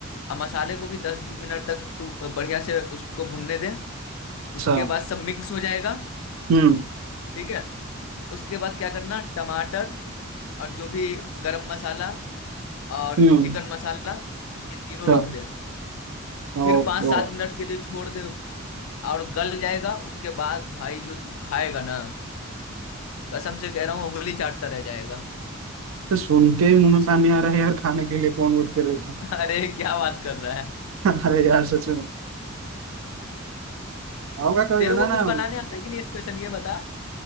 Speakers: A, on the left; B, on the right.
A: अब मसाले को भी दस मिनट तक तू बढ़िया से उसको भुनने दे उसके
B: अच्छा
A: बाद सब मिक्स हो जाएगा
B: हम्म
A: ठीक है उसके बाद क्या करना टमाटर और जो भी गरम मसाला और
B: हम्म
A: चिकन मसाला ये तीनों
B: अच्छा
A: रख दे
B: ओह,
A: फिर पाँच सात
B: ओह।
A: मिनट के लिए छोड़ दे और गल जाएगा उसके बाद भाई जो तू खाएगा ना कसम से कह रहा हूँ उंगली चाटता रह जाएगा
B: तो सुन के ही मुंह में पानी आ रहा है यार खाने के लिए कौन उठ के रहेगा
A: <laughs> अरे क्या बात कर रहा है
B: <laughs> अरे यार सच में होगा कभी
A: तेरे
B: बनाना
A: को कुछ बनाने आता है कि नहीं स्पेशल ये बता